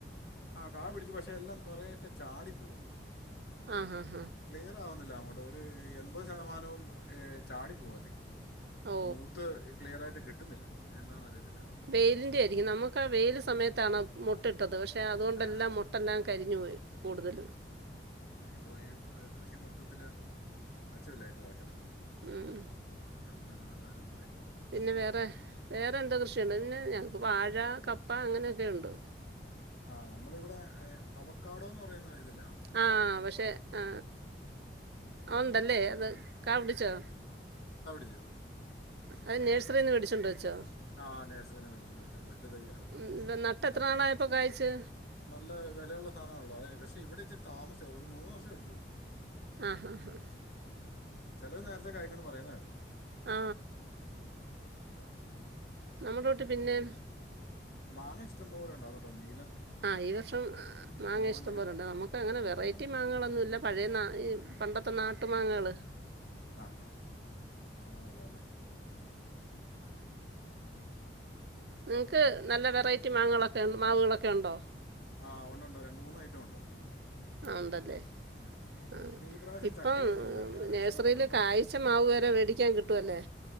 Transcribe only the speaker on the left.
ആ കാപിടിച്ചു പക്ഷെ എല്ലാം കൊറേഒക്കെ ചാടി പോവാ
ക്ലിയർ ആവുന്നില്ല അങ്ങോട്ട് ഒരു എൺപത് ശതമാനവും ചാടി പോവാനി
മൂത്ത് ക്ലിയർആയിട്ട് കിട്ടുന്നില്ല അത്എന്താന്ന് അറിയത്തില്ല.
ആ
ഇപ്പൊ ഈ കൃഷി മൊത്തത്തില് മെച്ചമില്ല ഈപ്രാവശ്യം
നമ്മള്ന്നെനട്ടാലും
ആ നമ്മളിവിടെ അവക്കാടോന്ന് പറയുന്ന ഇതില്ലേ
ഇല്ല
ആ നഴ്സറിന്ന് മേടിച്ചോണ്ട് വെച്ച ബെഡ്തൈയ
അത്
നല്ല വെലയുള്ള സാനാണല്ലോ കൃഷി ഇവിടെ ഇച്ചിരി താമസ്ച്ച ഒരു മൂന്നു വർഷം എടുത്തു.
ചെലത് നേരത്തെ കായി്ക്കുന്ന് പറയ്ണകേൾക്കാം.
ഉമ്പ
മാങ്ങ ഇഷ്ട പോലെ ഉണ്ടാ അതോണ്ട് ഒന്നി
മൂവാണ്ടനും
ഉം
ഉം
ഹ ഹ അതാണ് ഉള്ളത്അല്ലേ ആ ശരി ഉ
ആഹ ഉണ്ടണ്ട് രണ്ട് മൂന്ന് ഐറ്റം ഉണ്ട്
ആ
പിന്നെ ഈ പ്രാവശ്യം
ചക്കയും ഉണ്ടല്ലോ ചക്ക
ഇഷ്ടം പോലെ ഉണ്ടായിരുന്നു